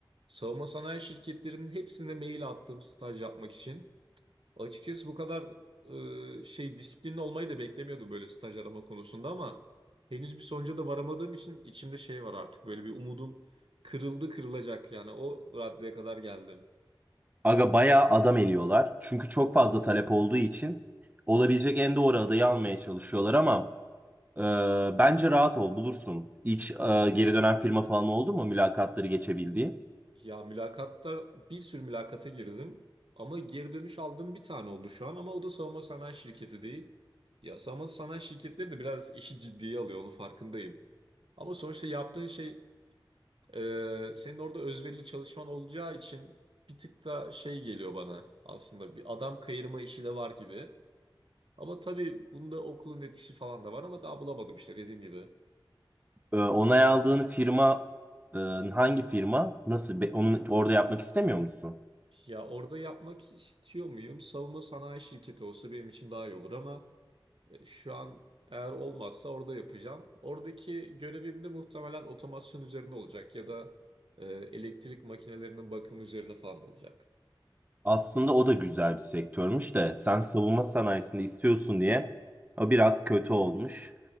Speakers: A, on the right; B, on the right.
A: Savunma sanayi şirketlerinin hepsine mail attım staj yapmak için. Açıkçası bu kadar e, şey disiplinli olmayı da beklemiyordum böyle staj arama konusunda ama henüz bir sonuca da varamadığım için içimde şey var artık böyle bir umudum kırıldı kırılacak yani o raddeye kadar geldim.
B: Aga bayağı adam eliyorlar. Çünkü çok fazla talep olduğu için olabilecek en doğru adayı almaya çalışıyorlar ama e, bence rahat ol bulursun. Hiç e, geri dönen firma falan oldu mu mülakatları geçebildiği?
A: Ya mülakatta bir sürü mülakata girdim ama geri dönüş aldığım bir tane oldu şu an ama o da savunma sanayi şirketi değil. Ya savunma sanayi şirketleri de biraz işi ciddiye alıyor onu farkındayım. Ama sonuçta yaptığın şey Ee, senin orada özverili çalışman olacağı için bir tık da şey geliyor bana aslında bir adam kayırma işi de var gibi. Ama tabii bunda okulun etkisi falan da var ama daha bulamadım işte dediğim gibi.
B: E, onay aldığın firma e, hangi firma? Nasıl? Be- Onu orada yapmak istemiyor musun?
A: Ya orada yapmak istiyor muyum? Savunma sanayi şirketi olsa benim için daha iyi olur ama e, şu an eğer olmazsa orada yapacağım. Oradaki görevim de muhtemelen otomasyon üzerine olacak ya da e, elektrik makinelerinin bakımı üzerine falan olacak.
B: Aslında o da güzel bir sektörmüş de sen savunma sanayisini istiyorsun diye o biraz kötü olmuş.